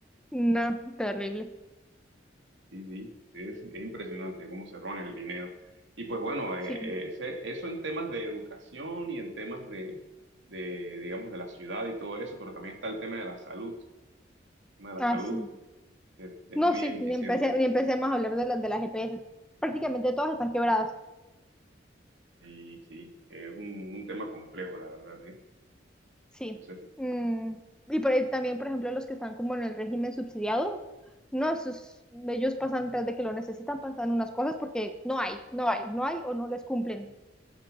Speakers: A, in the centre; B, on the right (about 85°).
A: No, terrible.
B: Sí, sí, es, es impresionante cómo se roban el dinero. Y pues bueno, eh,
A: Sí.
B: eh, ese- eso en temas de educación y en temas de, de, digamos, de la ciudad y todo eso, pero también está el tema de la salud. El tema de la
A: Ah,
B: salud
A: sí.
B: es, es
A: No,
B: muy
A: sí,
B: ineficiente
A: ni empecé, ni empecé más a hablar de las de las GPS. Prácticamente todas están quebradas.
B: y sí, es un, un tema complejo, la verdad, ¿eh?
A: Sí.
B: No sé si
A: Mm, y por ahí también, por ejemplo, los que están como en el régimen subsidiado, no, esos- ellos pasan tras de que lo necesitan, pasan unas cosas porque no hay, no hay, no hay o no les cumplen.